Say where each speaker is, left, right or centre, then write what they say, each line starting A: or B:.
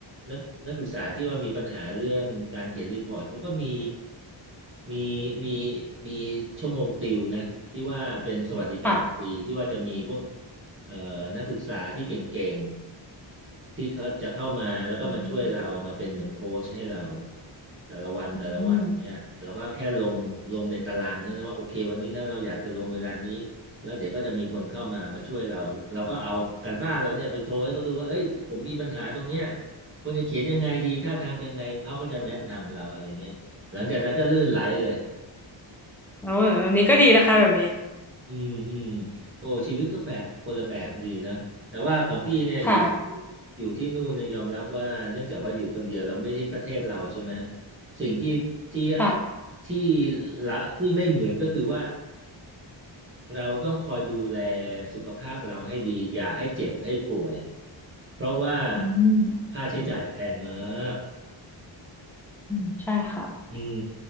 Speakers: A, on the right; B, in the centre.
A: นักนักศึกษาที่ว่ามีปัญหาเรื่องการเขียนรีพอร์ตเขาก็มีมีมีมีชั่วโมงติวนะที่ว่าเป็นสวัสดิการฟรีที่ว่าจะมีพวก
B: ค่ะ
A: เอ่อนักศึกษาที่เก่งๆที่เขาจะเข้ามาแล้วก็มาช่วยเรามาเป็นเหมือนโค้ชให้เรา
B: อืม
A: แต่ละวันแต่ละวันเนี่ยเราก็แค่ลงลงในตารางเท่านั้นว่าโอเควันนี้นะเราอยากจะลงเวลานี้
B: อืม
A: แล้วเดี๋ยวก็จะมีคนเข้ามามาช่วยเราเราก็เอาการบ้านเราเนี่ยไปโชว์ให้เขาดูว่าเอ้ยผมมีปัญหาตรงเนี้ยควรจะเขียนยังไงดีท่าทางยังไงเขาก็จะแนะนำเราอะไรเงี้ยหลังจากนั้นก็ลื่นไหลเลย
B: เแบบนี้ก็ดีนะคะแบบนี้
A: อืมอืมโอ้ชีวิตก็แบบคนละแบบดีนะแต่ว่าของพี่เนี่ยอยู่
B: ค่ะ
A: อยู่ที่นู่นเนี่ยยอมรับว่าเนื่องจากว่าอยู่คนเดียวเราไม่ใช่ประเทศเราใช่ไหมสิ่งที่ที่
B: ค่ะ
A: ที่ละที่ไม่เหมือนก็คือว่าเราต้องคอยดูแลสุขภาพเราให้ดีอย่าให้เจ็บให้ป่วยเพราะว่า
B: อืม
A: ค่าใช้จ่ายแพงมาก
B: อืมใช่ค่ะ
A: อืม